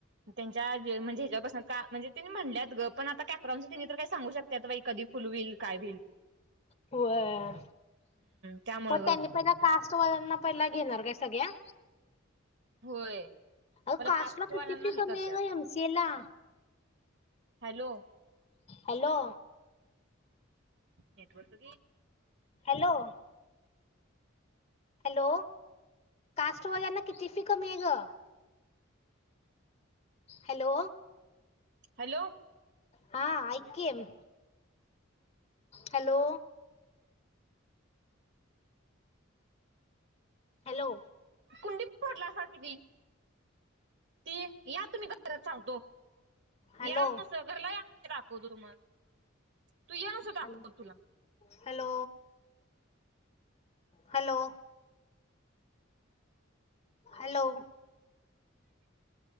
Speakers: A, on the right; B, on the left.
A: त्यांच्या म्हणजे ह्याच्या पासन का म्हणजे ते म्हणल्यात ग पण आता कॅप ति तर काही सांगू शकतात कधी फुल होईल काय होईल
B: होय
A: त्यामुळ
B: मग
A: ग
B: त्यांनी पहिल कास पोरांना पहिला घेणार काय सगळ्या.
A: होय
B: अ
A: मला
B: कास्टला
A: कास्टवाल्यांना
B: कतफी
A: हे
B: कमी
A: करत्यात
B: आहे का एम सी एला
A: hello
B: hello
A: network
B: hello hello कास्टवाज्यांना किती फीिकमी आहे ग हॅलो
A: हॅलो
B: हा ऐकम हॅलो हॅलो
A: कुंडी फोडला अस किी ती या तुम्ही घरात सांगतो
B: हॅलो
A: यास घरला राखो तो मग तू या मासं
B: हॅलो
A: दाकव तुला
B: hello hello hello